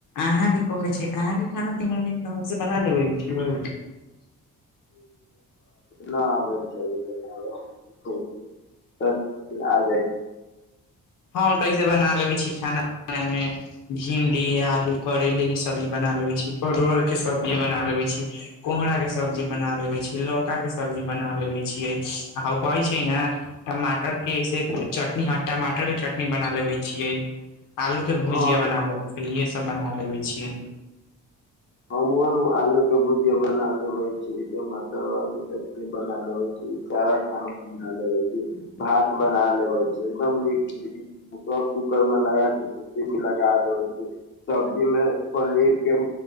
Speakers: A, on the left; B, on the left.
A: अहाँके कहै छै अहाँके खाना पीना नीक ढंग से बना लेबे छीयै।
B: न आबाज जब त <unintelligible> तनी मनी आ जाइ छै।
A: हम तऽ ऐसे बना लेबै छी खाना पीना ने। भिंडी, आलू, करैेले के सब्जी बना लेबे छी, परोर के सब्जी बना लेवे छी। कोहरा के सब्जी बना लेबे छियै लौका के सब्जी बना लेबे छियै आ ओ कहै छै न टमाटर की ऐसे चटनी ह टमाटर। टमाटर के चटनी बना लेबे छियै आलू के भुजिया
B: हँ
A: बना ले इहे सब। सब बना लेबै छियै।
B: हमहूँ नु आलू के भुजिया बना लेबै छी टमाटर और के बना। लेबै छी सारा खाना बना लेबै छी भात बना लेबे छी एकदम नीक। कूकर में लगा के सिटी भी लगा दे छै। सब्जी में पनीर के